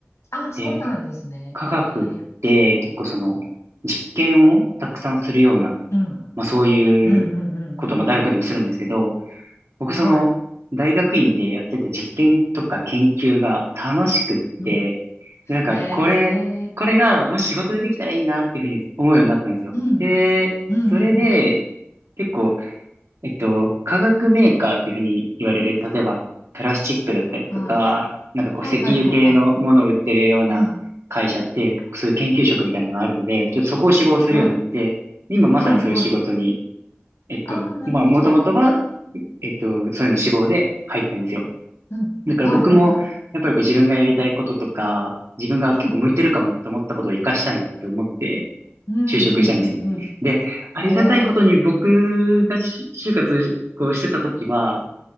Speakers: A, on the left; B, on the right.
A: あ、
B: で、
A: そうなんですね。
B: 化学って結構その、
A: へえ。
B: 実験をたくさんするような、
A: うん、うん、
B: まあそういう
A: うん、うん、うん、
B: ことも大学でもするんですけど、
A: うん。
B: 僕その大学院でやってた実験とか研究が楽しくって、
A: はい、うん、うん。
B: でなんかこれ、
A: へえ。
B: これがもし仕事でできたらいいなっていうふうに思うようになったんですよ。
A: うん、
B: で、
A: うん、
B: それで
A: うん、うん。
B: 結構、えっと、化学メーカーっていうふうに言われる、例えばプラスチックだったりとか、
A: はい。
B: なんかこう石油系のものを売ってるような会社って、
A: はい、はい、はい、はい。うん、
B: そういう研究職みたいなのがあるので、ちょっとそこを志望するようになって、
A: はい、
B: 今まさにそういう仕事に
A: はい、はい。
B: えっと、
A: ああ、なるほど。
B: まあ、もともとは、えっと、そういうの志望で入ったんですよ。
A: うん、
B: だから僕も、
A: はい、はい、はい。
B: やっぱりこう自分がやりたいこととか、自分が結構向いてるかもって思ったことを活かしたいなって思って、
A: うんうんうんうんう
B: 就職したんですよね。で、ありがたいことに僕がし就活こうしてた時は、
A: ん。へえ。